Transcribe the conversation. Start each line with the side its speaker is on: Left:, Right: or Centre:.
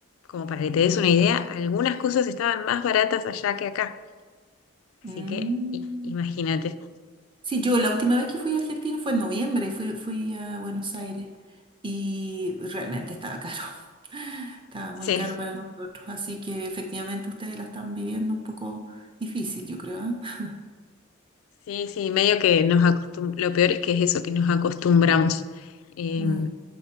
Left: como para que te des una idea, algunas cosas estaban más baratas allá que acá. Así
Right: mm.
Left: que i- imagínate.
Right: Sí, yo la última vez que fui a Argentina fue en noviembre, fui, fui a Buenos Aires y realmente estaba caro, <laughs> estaba muy
Left: Sí.
Right: caro para nosotros, así que efectivamente ustedes la están viviendo un poco difícil, yo creo, ¿ah? <laughs>
Left: Sí, sí, medio que nos acostumbramos, lo peor es que es eso, que nos acostumbramos. Eh,
Right: Mm,